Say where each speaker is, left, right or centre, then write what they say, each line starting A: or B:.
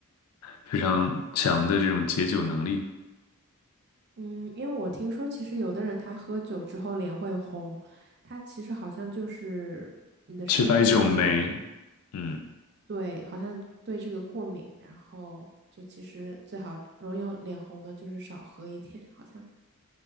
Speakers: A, on the left; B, on the right.
A: 非常强的这种解酒能力，
B: 嗯，因为我听说，其实有的人他喝酒之后脸会红，他其实好像就是你的身体对这个。
A: 缺乏一种酶，嗯。
B: 对，好像对这个过敏，然后就其实最好容易脸红的就是少喝一点，好像